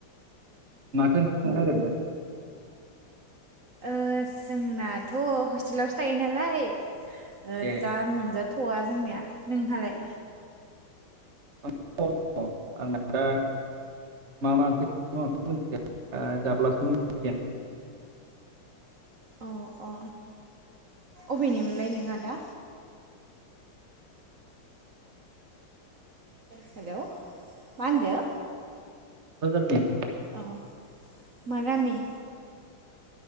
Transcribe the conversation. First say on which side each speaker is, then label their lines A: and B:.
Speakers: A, on the right; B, on the right.
A: माथो ओंख्रि संनो नागिरदों?
B: ओ जोंनाथ' हस्टेलावसो थायो नालाय ओ
A: ए
B: दा मोनजाथ'वा जोंनिया नोंहालाय?
A: <unintelligible> आंना दा मा मा <unintelligible>
B: अ अ अबेनिमोनलाय नों आदा? हेलोव मा होनदो?
A: क'क्राजारनि
B: औ मा गामि